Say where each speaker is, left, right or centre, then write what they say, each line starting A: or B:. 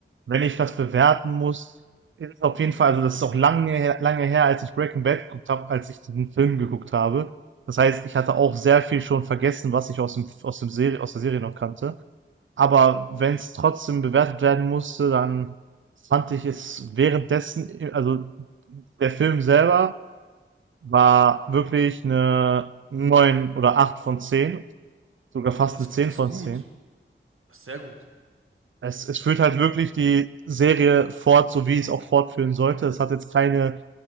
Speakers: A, on the right; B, on the right.
A: wenn ich das bewerten muss, ist es auf jeden Fall, also das ist auch lange, her- lange her, als ich Breaking Bad geguckt habe, als ich den Film geguckt habe. Das heißt, ich hatte auch sehr viel schon vergessen, was ich aus dem, aus dem Serie, aus der Serie noch kannte. Aber wenn es trotzdem bewertet werden musste, dann fand ich es währenddessen, also der Film selber War wirklich eine neun oder acht von zehn sogar fast
B: Oh, das,
A: eine zehn
B: das
A: von
B: ist gut.
A: zehn
B: Das ist sehr gut.
A: Es es führt halt wirklich die Serie fort, so wie es auch fortführen sollte. Es hat jetzt keine